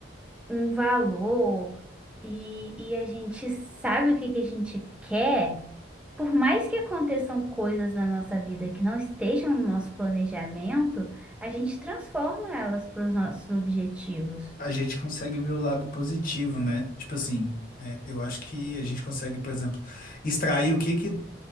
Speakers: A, in the centre; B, on the left.
A: um valor e, e a gente sabe o que que a gente quer, por mais que aconteçam coisas na nossa vida que não estejam no nosso planejamento, a gente transforma elas para os nossos objetivos.
B: a gente consegue ver o lado positivo, né? Tipo assim, é, eu acho que a gente consegue, por exemplo, extrair o que que